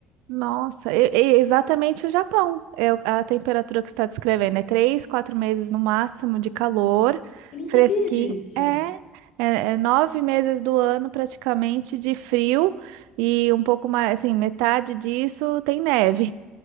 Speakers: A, on the right; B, on the left.
A: Nossa, e- e exatamente o Japão. É o- a temperatura que você está descrevendo. É três, quatro meses no máximo de calor,
B: Eu não
A: fresquinho.
B: sabia disso.
A: É, é, é nove meses do ano praticamente de frio e um pouco mais, assim, metade disso tem neve.